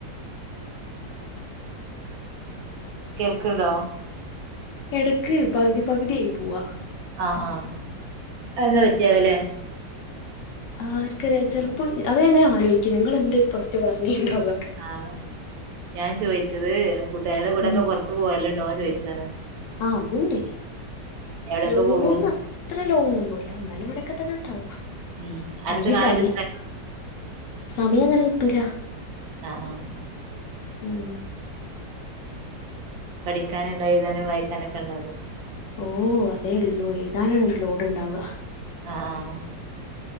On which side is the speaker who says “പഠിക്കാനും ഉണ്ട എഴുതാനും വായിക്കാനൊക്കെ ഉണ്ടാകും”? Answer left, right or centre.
Right